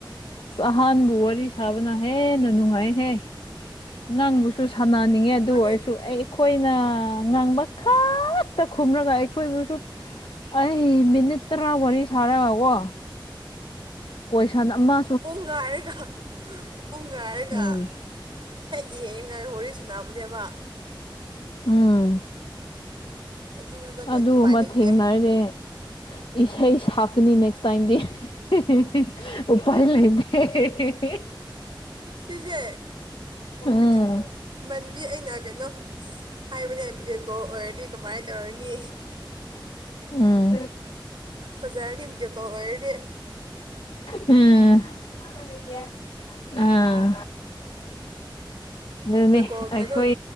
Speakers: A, on the left; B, on the right.
A: ꯑꯁ ꯑꯍꯟꯕꯨ ꯋꯥꯔꯤ ꯁꯥꯕꯅ ꯍꯦꯟꯅ ꯅꯨꯡꯉꯥꯏꯍꯦ ꯉꯥꯡꯕꯨꯁꯨ ꯁꯥꯟꯅꯅꯤꯡꯉꯦ ꯑꯗꯨ
B: ꯃꯥꯅꯦ
A: ꯑꯣꯏꯔꯁꯨ ꯑꯩ ꯑꯩꯈꯣꯏꯅ ꯉꯥꯡꯕ ꯈꯛꯇ ꯈꯨꯝꯔꯒ ꯑꯩꯈꯣꯏꯕꯨꯁꯨ ꯑꯩ ꯃꯤꯅꯤꯠ ꯇꯔꯥ ꯋꯥꯔꯤ ꯁꯥꯔꯒꯀꯣ ꯀꯣꯏꯁꯟ ꯑꯃ
B: ꯄꯨꯡ ꯉꯥꯏꯔꯒ ꯄꯨꯡ ꯉꯥꯏꯔꯒ
A: ꯎꯝ
B: ꯍꯦꯛ ꯌꯦꯡꯉꯤꯒꯟꯗ ꯋꯥꯔꯤ ꯁꯥꯟꯅꯕꯅꯦꯕ꯫
A: ꯎꯝ
B: ꯑꯗꯨ ꯅꯠꯇ꯭ꯔꯗꯤ
A: ꯑꯗꯨ
B: ꯎꯄꯥꯏ
A: ꯑꯃ
B: ꯂꯩꯇꯦ
A: ꯊꯦꯡꯅꯔꯦ꯫ ꯏꯁꯩ ꯁꯛꯀꯅꯤ ꯅꯦꯛꯁ ꯇꯥꯏꯝꯗꯤ꯫ ꯍꯦ ꯍꯦ ꯍꯦ ꯎꯄꯥꯏ ꯂꯩꯇꯦ ꯍꯦ ꯍꯦ ꯍꯦ꯫
B: ꯁꯤꯁꯦ ꯕꯤꯗꯤꯑꯣ
A: ꯎꯝ
B: ꯃꯟꯗꯤ ꯑꯩꯅ ꯀꯩꯅꯣ ꯍꯥꯏꯕꯅꯦ ꯕꯤꯗꯤꯑꯣꯀꯣꯜ ꯑꯣꯏꯔꯗꯤ ꯀꯃꯥꯏ ꯇꯧꯔꯅꯤ꯫
A: ꯎꯝ
B: ꯐꯖꯔꯅꯤ ꯕꯤꯗꯤꯑꯣ ꯀꯣꯜ ꯑꯣꯏꯔꯗꯤ꯫
A: ꯎꯝ꯫ <unintelligible> ꯑꯥ꯫ ꯑꯗꯨꯅꯦ
B: ꯚꯤꯗꯤꯑꯣ ꯀꯣꯜ ꯀꯩꯅꯣ
A: ꯑꯩꯈꯣꯏ